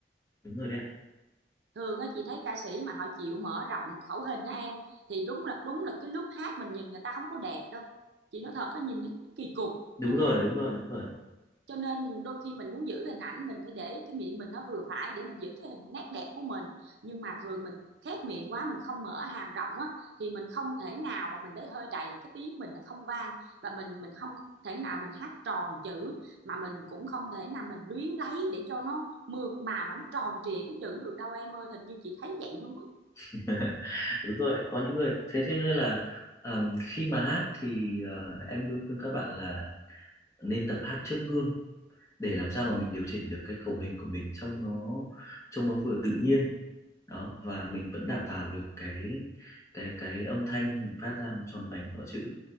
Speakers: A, on the left; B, on the right.
A: đúng rồi đấy ạ
B: thường á chị thấy ca sĩ mà họ chịu mở rộng khẩu hình á em thì đúng là đúng là cái lúc hát mình nhìn người ta không có đẹp đâu chị nói thật á nhìn nó kỳ cục
A: đúng
B: nhưng
A: rồi đúng rồi đúng rồi
B: cho nên đôi khi mình muốn giữ hình ảnh mình phải để cái miệng mình nó vừa phải để mình giữ cái hình nét đẹp của mình nhưng mà thường mình khép miệng quá mình không mở hàm rộng á thì mình không thể nào mà mình lấy hơi đầy cái tiếng mình nó không vang và mình mình không thể nào mình hát tròn chữ mà mình cũng không thể nào mình luyến lấy để cho nó mượt mà mà nó tròn trịa cái chữ được đâu em ơi hình như chị thấy vậy luôn á
A: <laughs> đúng rồi có những người thế thế nên là ờm, khi mà hát thì ờ, em luôn khuyên các bạn là nên tập hát trước gương để làm sao mà mình điều chỉnh được cái khẩu hình của mình trông nó trông nó vừa tự nhiên đó và mình vẫn đảm bảo được cái cái cái âm thanh mình phát ra nó tròn vành rõ chữ